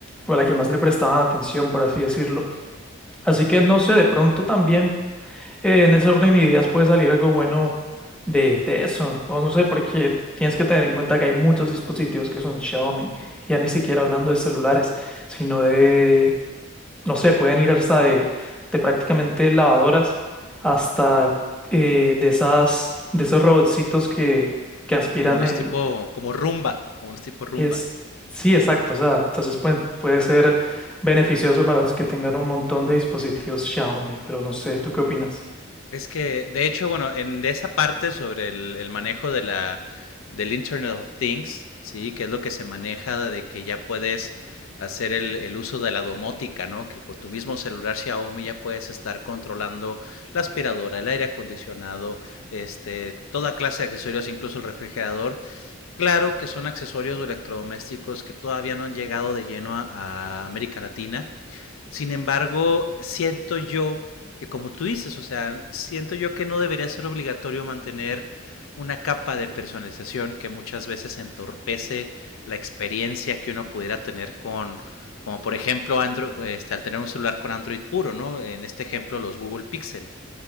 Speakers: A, in the centre; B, on the left (about 80°).
A: o la que más le prestaban atención, por así decirlo. Así que no sé, de pronto también eh, en ese orden de ideas puede salir algo bueno de, de eso, o no sé, porque tienes que tener en cuenta que hay muchos dispositivos que son Xiaomi, ya ni siquiera hablando de celulares, sino de no sé, pueden ir hasta de, de prácticamente lavadoras hasta eh, de esas, de esos robotcitos que, que aspiran
B: Como los
A: el,
B: tipo, como rumba, como los tipo rumba.
A: es, sí, exacto, o sea, entonces pueden- puede ser
B: Sí.
A: beneficioso para los que tengan un montón de dispositivos Xiaomi, pero no sé, ¿tú qué opinas?
B: Es que, de hecho, bueno, en de esa parte sobre el, el manejo de la, del Internet of Things, ¿sí? Que es lo que se maneja de que ya puedes hacer el, el, uso de la domótica, ¿no? Que con tu mismo celular Xiaomi ya puedes estar controlando la aspiradora, el aire acondicionado, este, toda clase de accesorios, incluso el refrigerador. Claro que son accesorios o electrodomésticos que todavía no han llegado de lleno a, a América Latina, sin embargo, siento yo que como tú dices, o sea, siento yo que no debería ser obligatorio mantener una capa de personalización que muchas veces entorpece la experiencia que uno pudiera tener con, como por ejemplo, Android, este, al tener un celular con Android puro, ¿no? En este ejemplo, los Google Pixel.